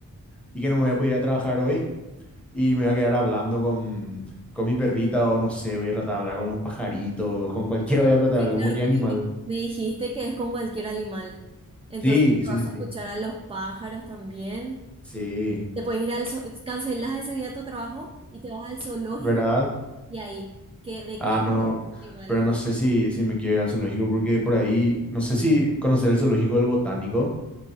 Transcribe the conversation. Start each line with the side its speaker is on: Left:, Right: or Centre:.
Centre: y que no me voy a poder ir a trabajar hoy y me voy a quedar hablando con, con mi perrita o no sé, voy a tratar de hablar con los pajaritos, con cualquiera, voy a tratar
Right: Sí,
Centre: de hablar
Right: claro,
Centre: con cualquier
Right: porque
Centre: animal.
Right: me, me dijiste que es con cualquier animal. Entonces
Centre: Sí,
Right: le
Centre: sí,
Right: vas
Centre: sí,
Right: a
Centre: sí,
Right: escuchar a los pájaros también.
Centre: sí,
Right: Te puedes ir al zoo, cancelas ese día tu trabajo y te vas al zoológico
Centre: <laughs> ¿verdad?
Right: y ahí, que de qué
Centre: Ah,
Right: hablan
Centre: no,
Right: los animales?
Centre: pero no sé si, si me quiero ir al zoológico porque por ahí, no sé si conocer el zoológico del botánico